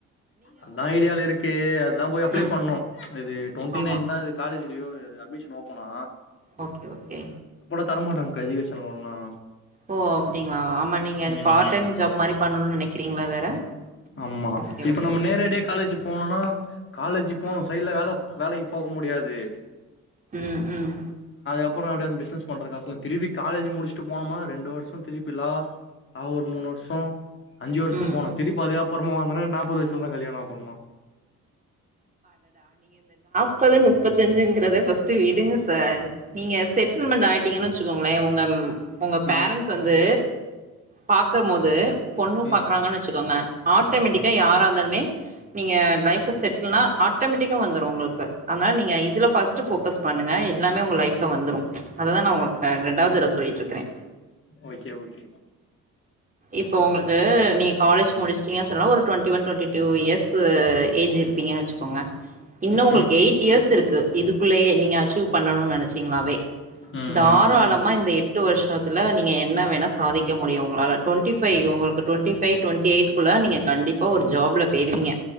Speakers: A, on the left; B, on the right.
A: அத்தா ஐடியால இருக்கு அத்தா போய் அப்ளை
B: ம்
A: பண்ணூ இது டொண்டி
B: ஆமா
A: நைன் தா இது காலேஜு யோயி அட்மிஷன் ஓப்பனா
B: ஓகே ஓகே
A: தரமாட்டாங்க்கா எஜுகேஷன் லோன்லா
B: ஓ அப்டிங்ளா ஆமா நீங்க அது
A: ம்
B: பார்ட் டைம் ஜாப் மாரி பண்ணணூன் நெனைக்றீங்கல வேற
A: ஆமா
B: ஓகே
A: இப்ப
B: ஓகே
A: நம்ம
B: ஓகே
A: நேரடியா காலேஜு போணுனா காலேஜிக் போணு
B: ம்
A: சைட்ல வேலப் வேலைக்கு போ முடியாது
B: ம் ம்
A: அப்றோ எப்டி அந்த பிசினஸ் பண்றக்காசுல திரிப்பி காலேஜு முடிச்சட்டு போனோமா ரெண்டு வருஷோ திருப்பி லா ஆ ஒரு மூணு வருஷோ அஞ்சு வர்ஷோ
B: ம்
A: போணு திருப்பி அதுக்கப்றமா வந்தனா நாப்பது வயசுலதா கல்யாணோ அப்புறமா
B: ப்பதா நுப்பத் தஞ்சுங்கிறத ஃபஸ்ட்டு விடுங்க சார் நீங்க செட்டில்மெண்ட் ஆயிட்டீங்கன் வச்சுக்கோங்களே உங்கம் உங்க பேரன்ட்ஸ்
A: ம்
B: வந்து பாக்கமோது பொண்ணு
A: ம்
B: பாக்றாங்கன் வச்சுக்கோங்க ஆட்டோமேட்டிக்கா
A: ம்
B: யாராந்தாலுமே நீங்க லைஃப செட் ட்ல்னா ஆட்டோமேட்டிக்கா வந்துரூ உங்களுக்கு அத்னால் நீங்க இதுல ஃபஸ்ட் ஃபோக்கஸ் பண்ணுங்க எல்லாமே உங்க லைஃப் ல வந்துரூ அததா நா உங்களுக்க ரெண்டாவ்தரவ சொல்லிட்ருக்கறே
A: ஓகே ஓகே
B: இப்ப உங்களுக்கு நீங் காலேஜ் முடிச்சுட்டீங்க சொன் ஒரு twenty one twenty two years age பீங்கன் வெச்சுக்கோங்க இன்னு
A: ம்
B: உங்கள்க்கு எயிட் இயர்ஸ் இருக்கு இதுக்குள்ளயே நீங்க அச்சூவ் பண்ணணு நனச்சீங்னாவே
A: ம்
B: தாராளமா
A: ம்
B: இந்த எட்டு வர்ஷத்துல நீங்க என்ன வேணா சாதிக்க முடியு உங்களால டொண்டி ஃபையு உங்ளுக்கு டொண்டி ஃபை டொண்டி எய்ட்க்குள்ள நீங்க கண்டிப்பா ஒரு ஜாப்ல பேய்ருவீங்க